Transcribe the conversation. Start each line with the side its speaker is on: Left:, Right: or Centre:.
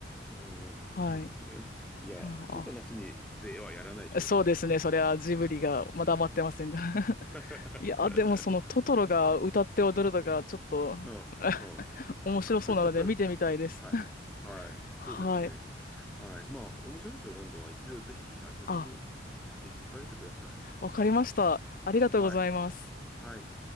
Centre: うん。
Left: はい。
Centre: <laughs> いや、
Left: あ、
Centre: 許可なしにではやらないでしょう、
Left: そうですね。
Centre: おそらく。
Left: それはジブリが、まだ待ってませんが。<laughs>
Centre: <laughs>
Left: いや、でもそのトトロが歌って踊るのがちょっと
Centre: うん、
Left: <laughs>
Centre: うん。
Left: 面白そうなので見てみたいです。
Centre: <laughs> はい。
Left: <laughs>
Centre: はい。そうですね。
Left: はい。
Centre: はい。まあ、面白いですよ、ロンドンは。一度ぜひ遊びに、
Left: あ、
Centre: え、行かれてください。
Left: わかりました。ありがとうございます。
Centre: はい。はい。